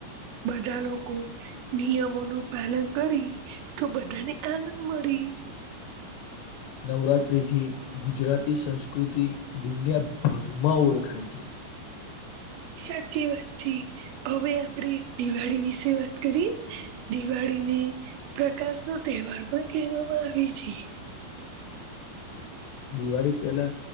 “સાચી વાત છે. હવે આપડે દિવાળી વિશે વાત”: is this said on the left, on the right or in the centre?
Right